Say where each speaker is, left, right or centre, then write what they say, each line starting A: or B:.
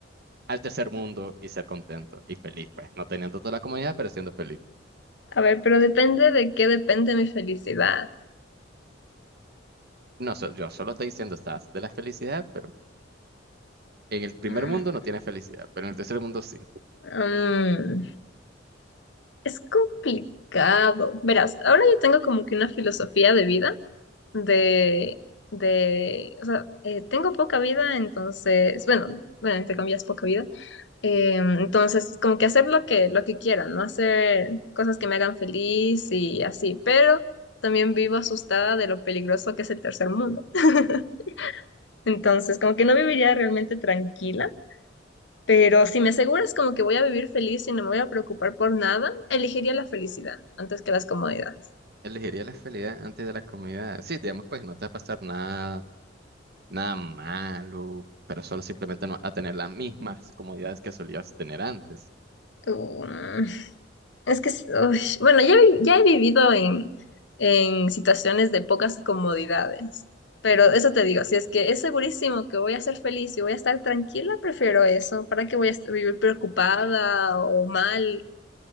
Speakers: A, on the right; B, on the left.
A: al tercer mundo y ser contento y feliz, pues. No teniendo toda la comodidad, pero siendo feliz.
B: A ver, pero depende de qué depende mi felicidad.
A: No, so- yo solo estoy diciendo, estás de la felicidad, pero en el primer
B: Mm,
A: mundo no tienes felicidad, pero en el tercer mundo sí.
B: mm, es complicado. Verás, ahora yo tengo como que una filosofía de vida de, de, o sea, eh, tengo poca vida, entonces, bueno, bueno, entre comillas, poca vida. Eh, entonces, como que hacer lo que, lo que quiera, ¿no? Hacer cosas que me hagan feliz y así, pero también vivo asustada de lo peligroso que es el tercer mundo. <laughs> Entonces, como que no viviría realmente tranquila, pero si me aseguras como que voy a vivir feliz y no me voy a preocupar por nada, elegiría la felicidad antes que las comodidades.
A: Elegiría la felicidad antes de la comodidad. Sí, digamos, pues no te va a pasar nada, nada malo, pero solo simplemente no vas a tener las mismas comodidades que solías tener antes.
B: Um, Es que, es- uy, bueno, ya, vi- ya he vivido en, en situaciones de pocas comodidades, pero eso te digo, si es que es segurísimo que voy a ser feliz y voy a estar tranquila, prefiero eso. ¿Para qué voy a est- vivir preocupada o mal?